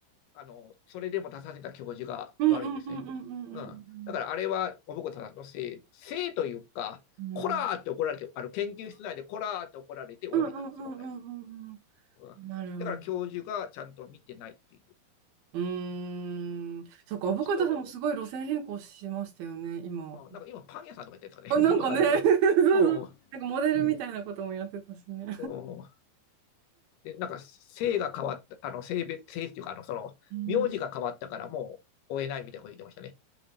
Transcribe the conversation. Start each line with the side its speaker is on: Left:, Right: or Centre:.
Left: あの、それでも出させた教授が悪いんですね。
Right: うんうんうんうんうん
Left: うん。だからあれは、おぼこさんのせい、せいというか、
Right: うん。うん。
Left: こらーって怒られて、あの、研究室内でこらーって怒られて終わりなんですよ、
Right: うんうんうんうんうん
Left: 本来は。
Right: うん。
Left: うん。
Right: なるほど。
Left: だから教授がちゃんと見てないっていう。
Right: うーん。そっか、
Left: うん、
Right: アボカドさんもすごい路線変更しましたよね、
Left: ちょっと、
Right: 今。
Left: うん、なんか今パン屋さんとか言ってるんですかね。
Right: あ、なんかね、
Left: <laughs> なんかわかんないですけど。
Right: <laughs> そうそう。
Left: も
Right: なんかモデルみたいなこともやってたしね。
Left: う、うん。うんで、なんか性が変わった、あの性別、性っていうか、あの、その、
Right: うん。
Left: 名字が変わったからもう追えないみたいなこと言ってましたね。